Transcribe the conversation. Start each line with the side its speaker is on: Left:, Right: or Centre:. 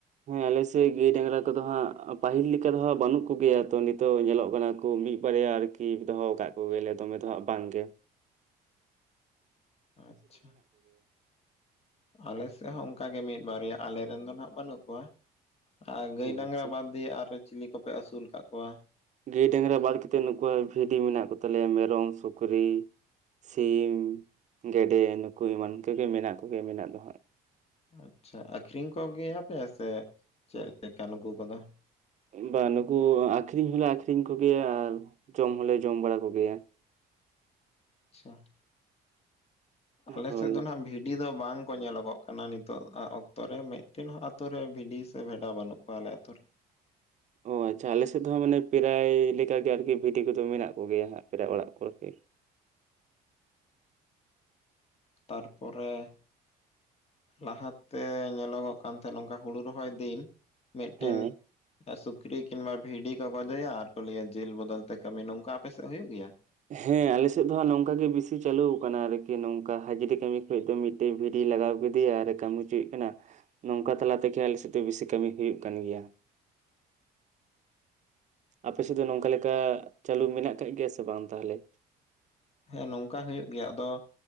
Right: ᱦᱩᱸ ᱟᱞᱮ ᱥᱮ ᱜᱟᱹᱭ ᱰᱟᱝᱨᱟ ᱠᱚᱫᱚ ᱦᱟᱸᱜ ᱯᱟᱹᱦᱤᱞ ᱞᱮᱠᱟ ᱫᱚ ᱦᱟᱸᱜ ᱵᱟᱹᱱᱩᱜ ᱠᱚᱜᱮᱭᱟ ᱛᱚ ᱱᱤᱛᱚᱜ ᱧᱮᱞᱚᱜ ᱠᱟᱱᱟ ᱾ ᱠᱳ ᱢᱤᱜ ᱵᱟᱨᱭᱟ ᱟᱨᱠᱤ ᱫᱚᱦᱚᱣ ᱠᱟᱜ ᱠᱚᱜᱮᱭᱟᱞᱮ ᱫᱚᱢᱮ ᱫᱚ ᱦᱟᱸᱜ ᱵᱟᱝ ᱜᱮ ᱾
Left: ᱟᱪᱪᱷᱟ ᱾ ᱟᱞᱮ ᱥᱮᱜ ᱦᱚᱸ ᱚᱱᱠᱟ ᱜᱮ ᱢᱤᱜ ᱵᱟᱨᱮᱭᱟ ᱟᱞᱮ ᱨᱮᱱ ᱫᱚ ᱱᱟᱦᱟᱸᱜ ᱵᱟᱹᱱᱩᱜ ᱠᱚᱣᱟ ᱾ ᱟᱨ ᱜᱟᱹᱭ
Right: ᱚ
Left: ᱰᱟᱝᱨᱟ
Right: ᱟᱪᱪᱷᱟ
Left: ᱵᱟᱫ ᱫᱤᱭᱮ ᱟᱨᱦᱚᱸ ᱪᱤᱞᱤ ᱠᱚᱯᱮ ᱟᱹᱥᱩᱞ ᱠᱟᱜ ᱠᱚᱣᱟ?
Right: ᱜᱟᱹᱭ ᱰᱟᱝᱨᱟ ᱵᱟᱫ ᱠᱟᱛᱮᱫ ᱱᱩᱠᱩ ᱵᱷᱤᱰᱤ ᱢᱮᱱᱟᱜ ᱠᱚ ᱛᱟᱞᱮᱭᱟ, ᱢᱮᱨᱚᱢ, ᱥᱩᱠᱨᱤ ᱾ ᱥᱤᱢ, ᱜᱮᱰᱮ ᱱᱩᱠᱩ ᱮᱢᱟᱱ ᱠᱚᱜᱮ ᱢᱮᱱᱟᱜ ᱠᱚᱜᱮᱭᱟ ᱢᱮᱱᱟᱜ ᱫᱚ ᱦᱟᱸᱜ ᱾
Left: ᱟᱪᱪᱷᱟ, ᱟᱠᱷᱨᱤᱧ ᱠᱚ ᱜᱮᱭᱟᱯᱮ ᱥᱮ ᱪᱮᱜ ᱞᱮᱠᱟ ᱱᱩᱠᱩ ᱠᱚᱫᱚ?
Right: ᱵᱟ ᱱᱩᱠᱩ ᱟᱠᱷᱨᱤᱧ ᱦᱚᱞᱮ ᱟᱠᱷᱨᱤᱧ ᱠᱚ ᱜᱮᱭᱟ ᱟᱨ ᱡᱚᱢ ᱦᱚᱞᱮ ᱡᱚᱢ ᱵᱟᱲᱟ ᱠᱚ ᱜᱮᱭᱟ ᱾
Left: ᱪᱷᱟ ᱾ ᱟᱞᱮ
Right: ᱦᱳᱭ
Left: ᱥᱮᱫ ᱫᱚ ᱱᱟᱦᱟᱜ ᱵᱷᱤᱰᱤ ᱫᱚ ᱵᱟᱝ ᱠᱚ ᱧᱮᱞᱚᱜᱚᱜ ᱠᱟᱱᱟ ᱱᱤᱛᱚᱜ ᱟᱜ ᱚᱠᱛᱚ ᱨᱮ ᱢᱤᱫ ᱴᱮᱱ ᱦᱚᱸ ᱟᱛᱳ ᱨᱮ ᱵᱷᱤᱰᱤ ᱥᱮ ᱵᱷᱮᱰᱟ ᱵᱟᱹᱱᱩᱜ ᱠᱚᱣᱟ ᱟᱞᱮ ᱟᱛᱳ ᱨᱮ ᱾
Right: ᱚ ᱟᱪᱪᱷᱟ, ᱟᱞᱮ ᱥᱮᱫ ᱫᱚ ᱦᱚᱸ ᱦᱟᱜ ᱢᱟᱱᱮ ᱯᱨᱟᱭ ᱞᱮᱠᱟ ᱜᱮ ᱟᱨᱠᱤ ᱵᱷᱤᱴᱤ ᱠᱚᱫᱚ ᱢᱮᱱᱟᱜ ᱠᱚ ᱜᱮᱭᱟ ᱦᱟᱸᱜ ᱯᱨᱟᱭ ᱚᱲᱟᱜ ᱠᱚᱨᱮ ᱜᱮ ᱾
Left: ᱛᱟᱨᱯᱚᱨᱮ ᱾ ᱞᱟᱦᱟ ᱛᱮ ᱧᱮᱞᱚᱜᱚᱜ ᱠᱟᱱ ᱛᱟᱦᱮᱸ ᱱᱚᱝᱠᱟ ᱦᱩᱲᱩ ᱨᱚᱦᱚᱭ ᱫᱤᱱ ᱾ ᱢᱤᱫᱴᱮᱱ
Right: ᱦᱮᱸ
Left: ᱥᱩᱠᱨᱤ ᱠᱤᱝᱵᱟ ᱵᱷᱤᱰᱤ ᱠᱚ ᱜᱚᱫᱮᱭᱟ ᱟᱨ ᱠᱚ ᱞᱟᱹᱭᱟ ᱡᱤᱞ ᱵᱚᱫᱚᱞ ᱛᱮ ᱠᱟᱹᱢᱤ, ᱱᱚᱝᱠᱟ ᱟᱯᱮ ᱥᱮᱫ ᱦᱩᱭᱩᱜ ᱜᱮᱭᱟ?
Right: ᱦᱮᱸ, ᱟᱞᱮ ᱥᱮᱫ ᱫᱚ ᱦᱟ ᱱᱚᱝᱠᱟ ᱜᱮ ᱵᱤᱥᱤ ᱪᱟᱹᱞᱩᱣ ᱠᱟᱱᱟ ᱟᱨᱠᱤ ᱱᱚᱝᱠᱟ ᱦᱟᱡᱽᱨᱤ ᱠᱟᱹᱢᱤ ᱠᱷᱚᱡ ᱫᱚ ᱢᱤᱫ ᱛᱚ ᱵᱷᱤᱲᱤᱭ ᱞᱟᱜᱟᱣ ᱠᱮᱫᱮᱭᱟ ᱟᱨ ᱠᱟᱹᱢᱤ ᱪᱩᱭᱮᱜ ᱠᱟᱱᱟ ᱾ ᱱᱚᱝᱠᱟ ᱛᱟᱞᱟ ᱛᱮᱜᱮ ᱟᱞᱮ ᱥᱮᱫ ᱫᱚ ᱵᱤᱥᱤ ᱠᱟᱹᱢᱤ ᱦᱩᱭᱩᱜ ᱠᱟᱱ ᱜᱮᱭᱟ ᱾ ᱟᱯᱮ ᱥᱮᱫ ᱫᱚ ᱚᱱᱮ ᱚᱝᱠᱟ ᱞᱮᱠᱟ ᱪᱟᱹᱞᱩ ᱢᱮᱱᱟᱜ ᱠᱟᱜ ᱜᱮᱭᱟ ᱥᱮ ᱵᱟᱝ ᱛᱟᱦᱚᱞᱮ?
Left: ᱦᱮᱸ ᱱᱚᱝᱠᱟ ᱦᱩᱭᱩᱜ ᱜᱮᱭᱟ, ᱟᱫᱚ